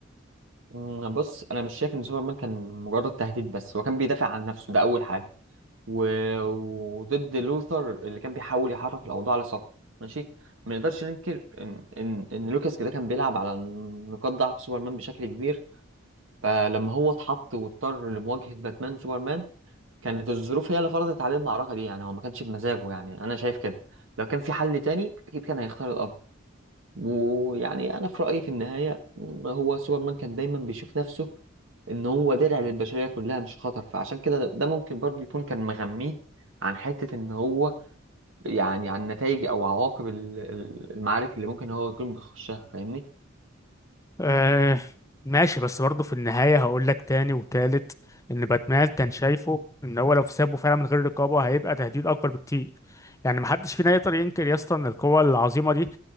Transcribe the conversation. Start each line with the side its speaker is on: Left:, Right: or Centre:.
Right: مم، بص انا مش شايف ان سوبرمان كان مجرد تهديد بس هو كان بيدافع عن نفسه ده اول حاجه و... وضد لوثر اللي كان بيحاول يحرك الاوضاع لصالحه ماشي ما نقدرش ننكر ان ان ان لوكاس كده كان بيلعب على نقاط ضعف سوبرمان بشكل كبير فلما هو اتحط واضطر لمواجهه باتمان سوبرمان كانت الظروف هي اللي فرضت عليه المعركه دي يعني هو ما كانش بمزاجه يعني انا شايف كده لو كان في حل تاني اكيد كان هيختار ويعني انا في رايي في النهايه م- هو سوبرمان كان دايما بيشوف نفسه ان هو درع للبشريه كلها مش خطر فعشان كده ده ده ممكن برضه يكون كان مغميه عن حته ان هو يعني عن نتائج او عواقب ال- ال- المعارك اللي ممكن هو يكون بيخشها فاهمني
Left: آه ماشي بس برضه في النهاية هقول لك تاني وتالت إن باتمان كان شايفه إن هو لو سابه فعلا من غير رقابة هيبقى تهديد أكبر بكتير يعني محدش فينا يقدر ينكر يا اسطى إن القوة العظيمة دي